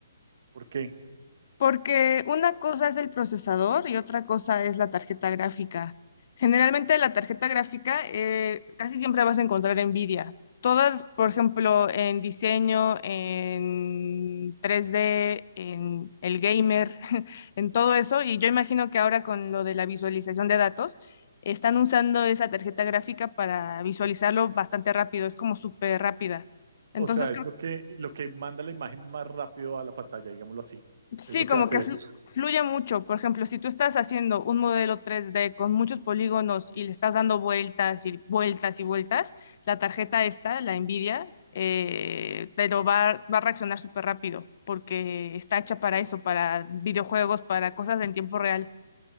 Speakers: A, on the right (about 55°); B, on the left (about 45°).
A: ¿Por qué?
B: Porque una cosa es el procesador y otra cosa es la tarjeta gráfica. Generalmente la tarjeta gráfica eh, casi siempre vas a encontrar Nvidia. Todas, por ejemplo, en diseño, en tres d en el gamer, <laughs> en todo eso. Y yo imagino que ahora con lo de la visualización de datos, están usando esa tarjeta gráfica para visualizarlo bastante rápido. Es como súper rápida. Entonces
A: O sea, es lo que, lo que manda la imagen más rápido a la pantalla, digámoslo así.
B: Sí,
A: Es lo
B: como
A: que hace
B: que flu-
A: esto.
B: fluye mucho. Por ejemplo, si tú estás haciendo un modelo tres d con muchos polígonos y le estás dando vueltas y vueltas y vueltas, la tarjeta esta, la Nvidia, eh, te lo va, va a reaccionar súper rápido porque está hecha para eso, para videojuegos, para cosas en tiempo real.